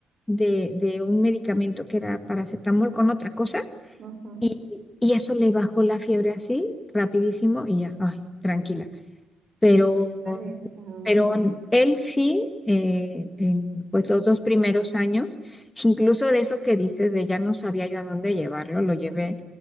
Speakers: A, on the left (about 15°); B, on the right (about 55°).
A: de, de un medicamento que era paracetamol con otra cosa
B: Ujú.
A: y, y eso le bajó la fiebre así, rapidísimo y ya, ay, tranquila. Pero
B: Ay, mi- mm,
A: pero él sí, eh, en pues los dos primeros años, incluso de eso que dices, de ya no sabía yo a dónde llevarlo, lo llevé,